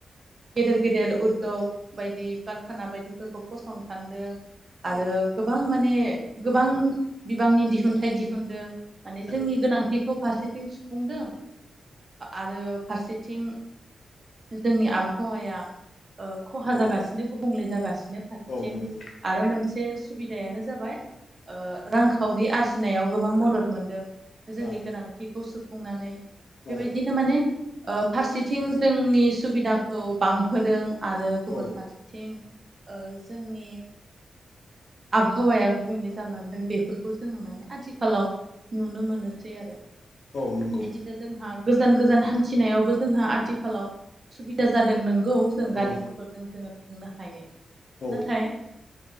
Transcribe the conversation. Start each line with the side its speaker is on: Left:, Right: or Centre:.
Right: गेदेर गेदेर उद्दग बायदि कारखाना बायदिफोरखौ फसंथानदों आरो
Left: औ
Right: गोबां माने गोबां बिबांनि दिहुनथाइ दिहुनदों। माने
Left: औ
Right: जोंनि
Left: औ
Right: गोनांथिखौ फारसेथिं सुफुंदों आरो फारसेथिं जोंनि आबहावाया खहा
Left: औ
Right: जागासिनो गुबुंले जागासिनो फारसेथिं
Left: औ नंगौ
Right: आरो मोनसे सुबिदायानो जाबाय रांखावरि आरजिनायाव गोबां मदद मोनदों। जोंनि
Left: औ
Right: गोनांथिखौ सुफुंनानै
Left: औ
Right: बेबायदिनो माने फारसेथिं जोंनि सुबिदाखौ बांहोदों आरो गुबुन
Left: औ
Right: फारसेथिं जोंनि आबहावाया गुबुंले जालांदों बेफोरखौ जोङो माने आथिखालाव नुनो मोनोसै आरो
Left: औ नंगौ
Right: बिदि जोंहा गोजान गोजान हान्थिनायावबो जोंहा आथिखालाव सुबिदा जादों नंगौ जों गारि
Left: औ
Right: मथरजों जोङो थांनो हायो।
Left: औ
Right: नाथाय